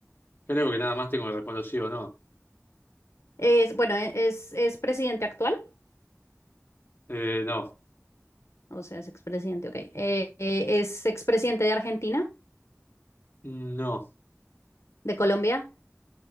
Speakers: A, on the left (about 40°); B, on the left (about 70°).
A: Creo que nada más tengo que responder sí o no.
B: Es, bueno, e- es, es presidente actual,
A: Eh, no,
B: o sea, es expresidente, ok. Eh, eh, es expresidente de Argentina,
A: no.
B: de Colombia,